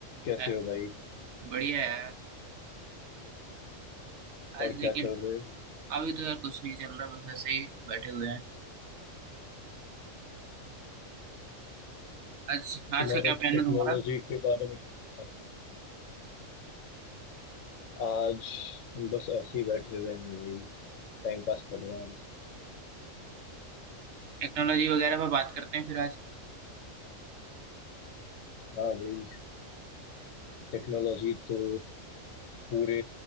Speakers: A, on the left; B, on the right.
A: कैसे
B: है,
A: हो भाई
B: बढ़िया है यार आज
A: और
B: लेकिन
A: क्या चल रहा है
B: अभी तो यार कुछ नहीं चल रहा बस ऐसे ही बैठे हुए हैं आज
A: तुम्हारा
B: आज का क्या प्लान
A: टेक्नोलॉजी
B: है तुम्हारा
A: के बारे में क्या आज हम बस ऐसे ही बैठे हुए हैं भाई टाइम पास कर रहे हैं बस
B: टेक्नोलॉजी वगैरह पर बात करते हैं फिर आज
A: हाँ भाई टेक्नोलॉजी तो पूरे